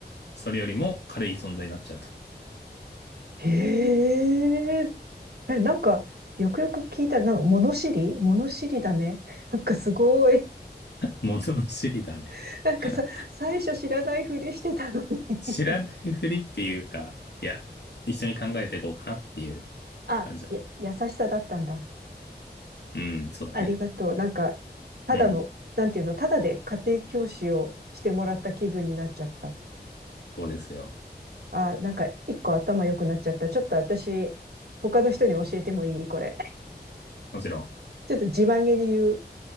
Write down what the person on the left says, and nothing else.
それよりも軽い存在になっちゃうと。
物のの知りだね。
<laughs>
知らないふりっていうか、いや、一緒に考えていこうかなっていう
感じだね。
うん、そうだね。
うん、
そうですよ。
もちろん、